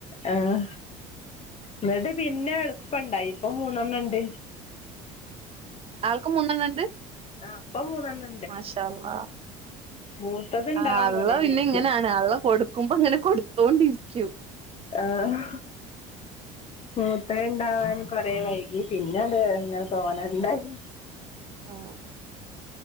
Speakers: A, on the left; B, on the right.
A: ആഹ് എന്നിട്ട് പിന്നെ എള്പ്പണ്ടായി ഇപ്പൊ മൂന്നെണ്ണംണ്ട്
B: ആൾക്ക്‌ മൂന്നെണ്ണണ്ട്
A: ആഹ് അപ്പ മൂന്നെണ്ണ
B: മാഷാഅള്ള
A: മൂത്തത് ഇണ്ടാവാൻ
B: അള്ളാ
A: കൊറേ
B: പിന്നെ
A: വൈകി
B: ഇങ്ങനാണ് അള്ള കൊട് ക്കുമ്പോ ഇങ്ങനെ കൊടുത്തോണ്ടിരിക്കും
A: ആഹ് മൂത്തത് ഇണ്ടാവാന് കൊറേ വൈകി പിന്നത് ഇങ്ങനെ തോനേണ്ടായി
B: ആഹ്